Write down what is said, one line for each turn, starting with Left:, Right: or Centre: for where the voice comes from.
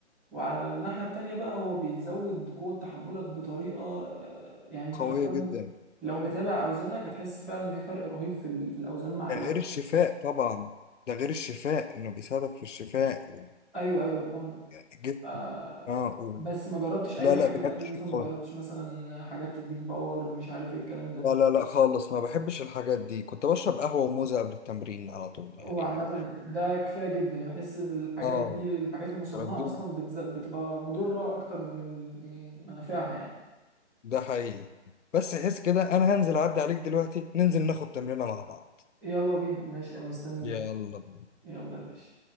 Centre: وعلى الناحية التانية بقى هو بيزود قوة تحملك بطريقة آه، يعني انت
Left: قويه
Centre: حرفيا
Left: جدا
Centre: لو متابع أوزانك هتحس فعلا إن في فرق رهيب في ال- في الأوزان مع
Left: ده
Centre: الوقت
Left: غير الشفاء طبعا ده غير الشفاء انه بيساعدك في الشفاء و...
Centre: أيوه أيوه فاهمك
Left: يعني جد
Centre: آه،
Left: اه و...
Centre: بس ما جربتش أي
Left: لا لا
Centre: حاجة
Left: بجد
Centre: تانية
Left: حاجه
Centre: مثلا ما
Left: قوية.
Centre: جربتش مثلا حاجات تديك باور مش عارف ايه الكلام ده
Left: لا لا لا خالص ما بحبش الحاجات دي كنت بشرب قهوه وموزه قبل التمرين على طول
Centre: هو
Left: يعني
Centre: عامة ده كفاية جدا يعني بحس إن الحاجات
Left: اه
Centre: دي الحاجات المصنعة
Left: الكلام ده
Centre: أصلا بتز... بتبقى مضرة أكتر من ال... من منافعها يعني
Left: ده حقيقي بس حس كده انا هنزل اعدي عليك دلوقتي ننزل ناخد تمرينة مع بعض
Centre: يلا بينا ماشي أنا مستنيك
Left: يلا بينا
Centre: يلا يا باشا